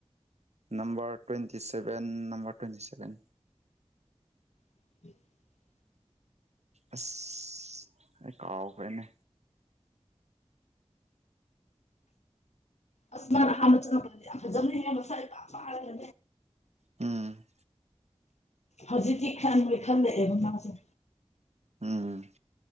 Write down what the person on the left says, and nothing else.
<unintelligible>
ꯑꯁ ꯃꯥꯥꯟꯅ ꯑꯍꯥꯟꯕ ꯆꯪꯉꯛꯄꯗꯗꯤ ꯌꯥꯝ ꯐꯖꯕꯅꯦꯍꯦ ꯃꯁꯥ ꯏꯄꯥꯄꯔꯒ
ꯍꯧꯖꯤꯛꯛꯇꯀꯤ ꯈꯥꯅꯣꯏ ꯈꯜꯂꯛꯑꯦꯕ ꯃꯥꯁꯦ